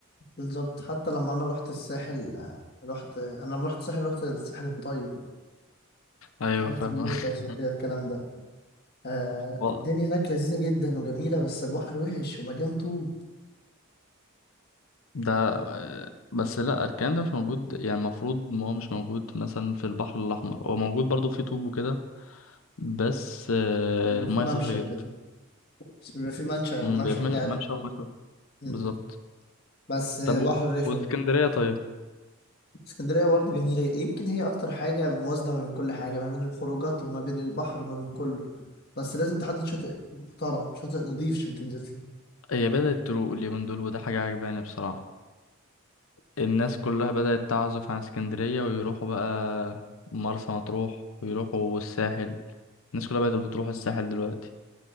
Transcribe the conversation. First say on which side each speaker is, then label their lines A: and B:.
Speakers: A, on the left; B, on the left.
A: بالظبط. حتى لما أنا رحت الساحل رحت أنا لما رحت الساحل رحت الساحل الطيب
B: ايوه
A: قرية
B: فاهم
A: اللوتس
B: <laughs>
A: وكده الكلام ده آه
B: و-
A: الدنيا هناك لذيذة جدا وجميلة بس البحر وحش ومليان طوب
B: ده آه، بس لا الكلام ده مش موجود يعني المفروض ان هو مش موجود مثلا في البحر الاحمر هو موجود برضو في طوب وكده بس آه،
A: بيبقى
B: المية
A: في ممشى
B: صافية جدا
A: كده بس بيبقى في ممشى
B: مم،
A: ممشى
B: بيبقى في
A: كده
B: مش-
A: قاعد
B: ممشى
A: فيه.
B: ومية صافية.
A: مم.
B: بالظبط
A: بس بحر
B: طب و-
A: رخم
B: واسكندرية طيب
A: اسكندرية برضه جميلة يمكن هي أكتر حاجة موازنة ما بين كل حاجة ما بين الخروجات وما بين البحر وما بين كله بس لازم تحدد شاطئ محترم شاطئ نظيف عشان تنزل فيه
B: هي بدأت تروق اليومين دول وده حاجة عجباني بصراحة الناس كلها بدأت تعزف عن اسكندرية ويروحوا بقى مرسى مطروح ويروحوا الساحل الناس كلها بقت بتروح الساحل دلوقتي